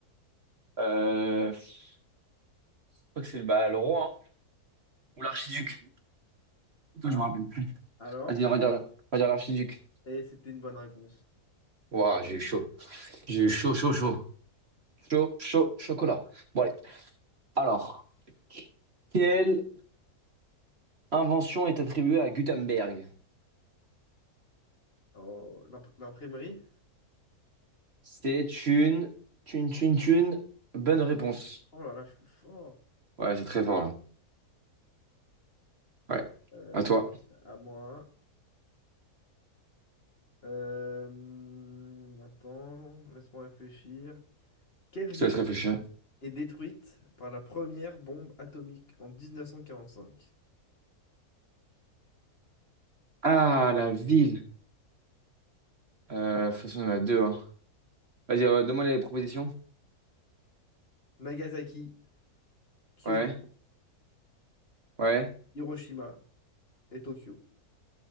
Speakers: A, on the right; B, on the left.
A: Euh... Je crois que c'est bah, le roi, hein. Ou l'archiduc. Toi,
B: Ah,
A: je me rappelle plus.
B: alors?
A: Vas-y, on va dire, on va dire l'archiduc.
B: Et c'était une bonne réponse.
A: Waouh, j'ai eu chaud. J'ai eu chaud, chaud, chaud. Chaud, chaud, chocolat. Bon, allez. Alors, quelle invention est attribuée à Gutenberg?
B: Oh, l'impr- l'imprimerie?
A: C'est une, une, une, une bonne réponse.
B: Oh là là, je suis fort.
A: Ouais, c'est très fort, là. Ouais.
B: Euh,
A: À toi.
B: à moi. Euh, hmm, attends, laisse-moi réfléchir. Kelvin
A: Je te laisse réfléchir.
B: est détruite par la première bombe atomique en 1945.
A: Ah, la ville. Euh, de toute façon, il y en a deux, hein. Vas-y, euh, donne-moi les propositions.
B: Nagasaki, Kyoto,
A: Ouais, ouais.
B: Hiroshima et Tokyo.